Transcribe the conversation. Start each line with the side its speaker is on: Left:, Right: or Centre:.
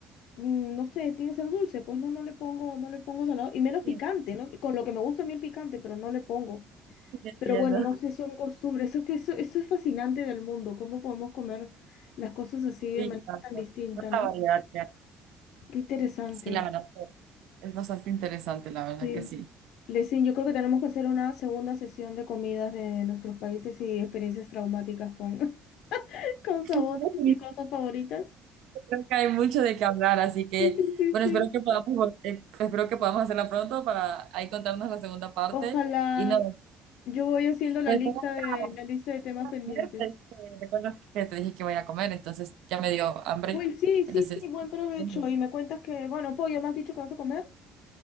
Left: mm, no sé, tiene que ser dulce, pues no, no le pongo, no le pongo salado y menos picante,
Right: Sí,
Left: ¿no? Con lo que me gusta a mí el picante, pero no le pongo.
Right: sí te entiendo.
Left: Pero bueno, no sé, son costumbres, eso es que eso, eso es fascinante del mundo, cómo podemos comer las cosas así
Right: Sí,
Left: de manera
Right: tanto.
Left: tan distinta,
Right: Tanta
Left: ¿no?
Right: variedad ya.
Left: Qué interesante.
Right: Sí, la verdad que es bastante interesante, la verdad
Left: Sí.
Right: que sí.
Left: Lesin, yo creo que tenemos que hacer una segunda sesión de comidas de nuestros países y experiencias traumáticas con, <laughs> con
Right: <laughs>
Left: sabores y cosas favoritas.
Right: Creo que hay mucho de qué hablar, así que,
Left: Sí, sí, sí,
Right: bueno,
Left: sí.
Right: espero que podamos, vol- eh, espero que podamos hacerla pronto para ahí contarnos la segunda parte.
Left: Ojalá.
Right: Y no,
Left: Yo voy haciendo la
Right: pues
Left: lista
Right: tengo que
Left: de la lista de temas
Right: ir a
Left: pendientes.
Right: comer, pues, eh, recuerdas que te dije que voy a ir a comer, entonces ya me dio hambre.
Left: Uy, sí, sí,
Right: Entonces,
Left: sí, buen provecho.
Right: <laughs>
Left: Y me cuentas que, bueno, pollo, me has dicho que vas a comer.